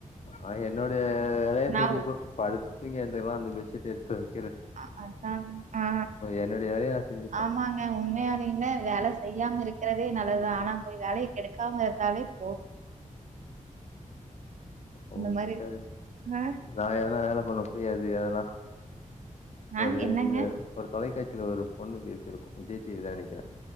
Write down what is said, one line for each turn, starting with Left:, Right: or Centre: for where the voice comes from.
Left: நா என்னோடைய வேலைய
Right: நான்
Left: செஞ்சுப்ப
Right: உ-
Left: படுத் தூங்கி <unintelligible> பெட்ஷீட் எடுத் தவி
Right: அ அதான் ஆ
Left: என்னுடைய வேலைய நான் செஞ்சுப்பே
Right: ஆமாங்க உண்மையாலேல்ல வேல செய்யாம இருக்றதே நல்லதுதா ஆனா போய் வேலையே கெடுக்காம இருந்தாலே போதும்
Left: அவங்
Right: இந்த மாரி
Left: கிட்ட
Right: ஆ
Left: நா எதனா வேல பண்ண போய் அது எல்லா
Right: ஆ
Left: ஒரு
Right: என்னங்க?
Left: இந்த ஒரு தொகைக் பேச்சுல ஒரு பொண்ணு பேசியிருக்கோ விஜய் டிவிதா நெனைக்கிறே